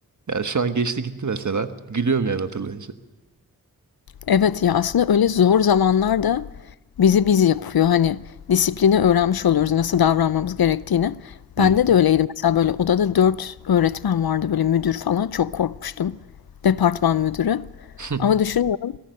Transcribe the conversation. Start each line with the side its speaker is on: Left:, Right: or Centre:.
Right: Yani şu an geçti gitti mesela. Gülüyorum yani hatırlayınca.
Left: Evet ya aslında öyle zor zamanlarda bizi biz yapıyor. Hani disiplini öğrenmiş oluyoruz nasıl davranmamız gerektiğini.
Right: Hı
Left: Bende
Right: hı.
Left: de öyleydi mesela böyle odada dört öğretmen vardı böyle müdür falan çok korkmuştum. Departman müdürü.
Right: <laughs>
Left: Ama düşünüyorum